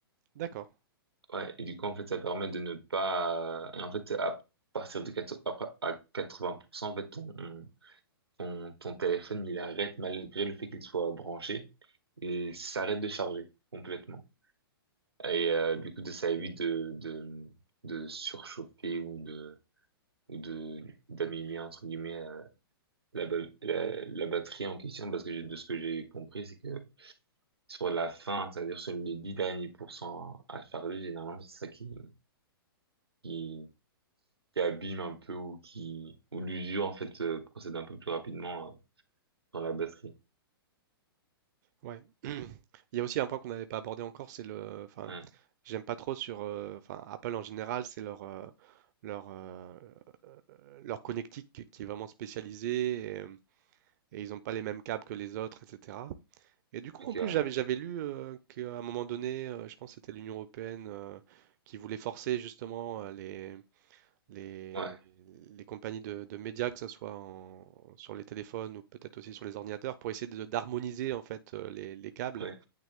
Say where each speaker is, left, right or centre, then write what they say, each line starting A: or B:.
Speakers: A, on the right (about 45°); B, on the right (about 85°).
A: d'accord.
B: Ouais, et du coup, en fait, ça permet de ne pas, euh, et en fait, à partir de 4 après, à 80%, en fait, ton, ton, ton téléphone, il arrête malgré le fait qu'il soit branché, il s'arrête de charger complètement. Et euh, du coup, de- ça évite de, de, de surchauffer ou de, ou de, d'abîmer, entre guillemets, euh, la, ba- la, la batterie en question, parce que j'ai- de ce que j'ai compris, c'est que sur la fin, c'est-à-dire sur les 10 derniers pourcents à charger, généralement, c'est ça qui, qui, qui abîme un peu ou qui, ou l'usure, en fait, euh, procède un peu plus rapidement, euh, dans la batterie.
A: Ouais. <clears throat> Il y a aussi un point qu'on n'avait pas abordé encore, c'est le. Enfin,
B: Ouais.
A: j'aime pas trop sur. euh, Enfin, Apple en général, c'est leur euh, leur euh, leur connectique qui qui est vraiment spécialisée et, euh, et ils n'ont pas les mêmes câbles que les autres, etc. Et du coup,
B: Ok,
A: en plus,
B: ouais.
A: j'avais j'avais lu euh, qu'à un moment donné, euh, je pense que c'était l'Union européenne euh, qui voulait forcer justement euh, les les
B: Ouais,
A: les compagnies de, de médias, que ce soit en- sur les téléphones ou peut-être aussi sur les ordinateurs, pour essayer de- d'harmoniser en fait euh, les les câbles
B: ouais,